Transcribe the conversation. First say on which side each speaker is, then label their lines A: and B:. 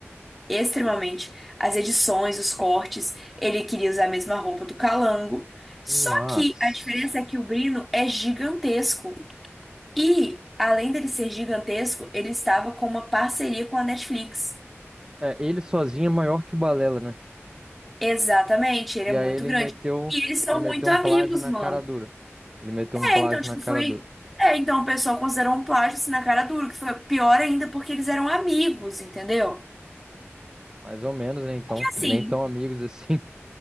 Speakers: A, in the centre; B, on the right (about 20°).
A: extremamente. As edições, os cortes, ele queria usar a mesma roupa do Calango. Só
B: nossa.
A: que a diferença é que o Brino é gigantesco e, além dele ser gigantesco, ele estava com uma parceria com a Netflix.
B: É, ele sozinho é maior que o Balela, né?
A: Exatamente, ele
B: E
A: é muito
B: aí ele
A: grande.
B: meteu,
A: E eles são
B: ele meteu
A: muito amigos,
B: um plágio na
A: mano.
B: cara dura. Ele meteu
A: É,
B: um plágio
A: então, tipo,
B: na cara
A: foi.
B: dura.
A: É, então o pessoal considerou um plágio assim na cara dura, que foi pior ainda porque eles eram amigos, entendeu?
B: Mais ou menos, né? Então,
A: E assim,
B: nem tão amigos assim. <laughs>